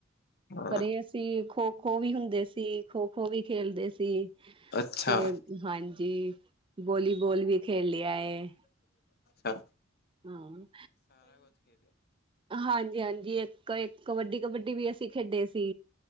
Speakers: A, on the left; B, on the right.
A: ਹਾਂ
B: ਪਰ ਇਹ ਅਸੀਂ ਖੋ ਖੋ, ਖੋ ਵੀ ਹੁੰਦੇ ਸੀ ਖੋ, ਖੋ ਵੀ ਖੇਲਦੇ ਸੀ।
A: ਅੱਛਾ-ਅੱਛਾ
B: ਤੇ ਹਾਂਜੀ। ਜੀ ਬੋਲੀਬੋਲ ਵੀ ਖੇਡ ਲਿਆ ਹੈ।
A: ਹਾ।
B: ਹਾਂ ਹਾਂਜੀ, ਹਾਂਜੀ। ਇੱਕ ਕਬੱਡੀ-ਕਬੱਡੀ ਵੀ ਅਸੀਂ ਖੇਡੇ ਸੀ।